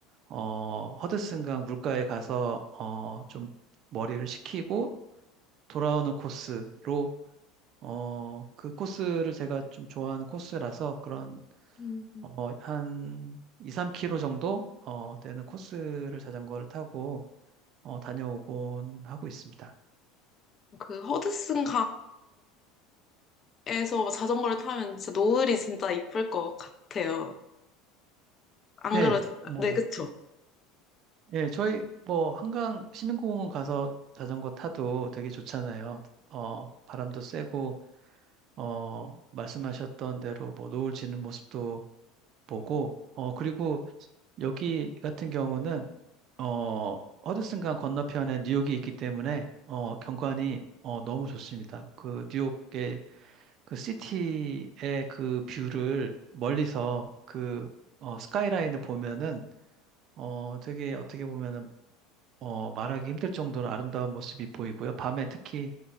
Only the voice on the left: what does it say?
음.
그 허드슨 강에서 자전거를 타면 진짜 노을이 진짜 이쁠 것 같아요. 안
그러신가요?
네, 그쵸?